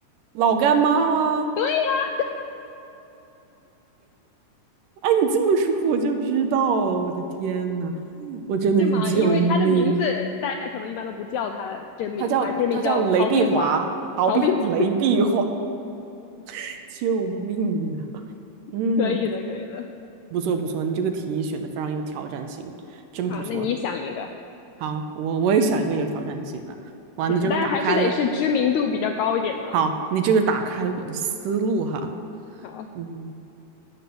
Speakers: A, on the right; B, on the left.
A: 老干妈吗？
B: 对呀、
A: 哎，你这么说我就知道了，我的天呐，我真的是救命！
B: 是吗？因为他的名字大家可能一般都不叫他真名嘛，
A: 他叫他叫雷碧华，
B: 真名叫陶碧华，
A: 陶碧
B: 陶碧华，
A: <laughs> 雷碧华，<laughs> 救命啊！
B: <laughs>
A: 嗯，
B: 可以的，可以的。
A: 不错不错，你这个提议选的非常有挑战性，真不错。
B: 好，那你想一个，
A: 好，我我也想一个有挑战性的。哇，
B: 行，
A: 你这个打开了，
B: 但是还是得是知名度比较高一点的哦。
A: 好，你这个打开了我的思路哈。
B: 好，好，
A: 嗯